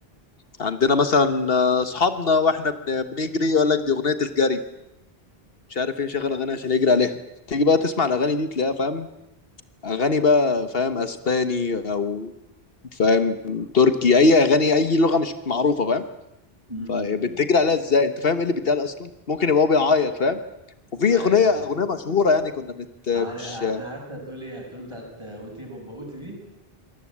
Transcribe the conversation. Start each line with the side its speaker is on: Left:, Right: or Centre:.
Left: عندنا مثلا آه، اصحابنا واحنا بن- بنجري يقول لك دي اغنيه الجري مش عارف ايه مشغل اغاني عشان يجري عليها تيجي بقى تسمع الاغاني دي تلاقيها فاهم اغاني بقى فاهم اسباني او فاهم تركي اي اغاني اي لغه مش معروفه فاهم
Right: امم
Left: فبتجري عليها ازاي انت فاهم ايه اللي بيتقال اصلا ممكن يبقى هو بيعيط فاهم وفي
Right: ايوه
Left: اغنيه
Right: ايوه
Left: اغنيه مشهوره يعني كنا بنت
Right: عارف
Left: مش
Right: انا عارف انت هتقول ايه هتقول بتاعت اوتي بابا اوتي دي